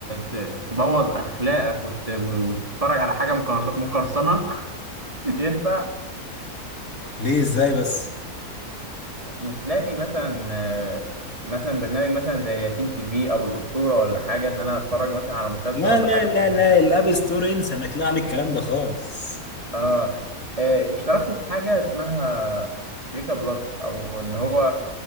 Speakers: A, on the right; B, on the left.
A: ت... تبوظ اخلاقك وت... وتتفرج على حاجه مكر- مقرصنه <laughs> ينفع
B: ليه ازاي بس
A: مش لاقي مثلا آه، مثلا برنامج مثلا زي ياسين تي في او الاسطوره ولا حاجه ان انا اتفرج مثلا على مسلسل
B: لا
A: ولا
B: لا
A: حاجه
B: لا
A: في رمضان
B: لا الاب ستور انسى انا اكلها على الكلام ده خالص
A: اه آه، اشتركت في حاجة اسمها ريكا بلس او ان هو